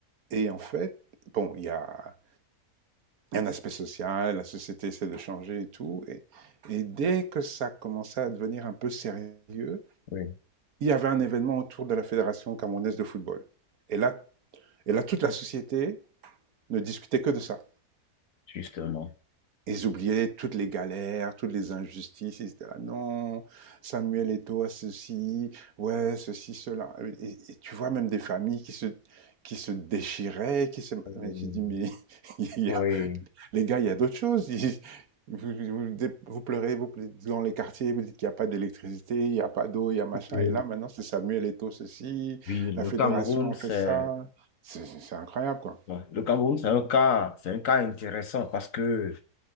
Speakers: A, on the right; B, on the left.
A: et en fait, bon, il y a il y a un aspect social, la société essaie de changer et tout. Et, et dès que ça commençait à devenir un peu sérieux,
B: oui,
A: il y avait un événement autour de la Fédération camerounaise de football. Et là, et là toute la société ne discutait que de ça.
B: justement.
A: Ils oubliaient toutes les galères, toutes les injustices. Ils disaient ah non, Samuel Eto'o a ceci, ouais, ceci, cela. Et, et, tu vois même des familles qui se, qui se déchiraient, qui se.
B: Euh,
A: Mais je dis mais <laughs> il
B: oui,
A: y a Les gars, il y a d'autres choses. <laughs> Ils- vous, vous- vous pleurez, vous dites dans les quartiers, vous dites qu'il n'y a pas d'électricité, il n'y a pas d'eau, il y a machin.
B: oui,
A: Et là, maintenant, c'est Samuel Eto'o ceci,
B: oui,
A: la
B: le
A: fédération
B: Cameroun,
A: a
B: c'est...
A: fait ça. C'est c'est- c'est incroyable, quoi.
B: Ouais. Le Cameroun, c'est un cas, c'est un cas intéressant parce que,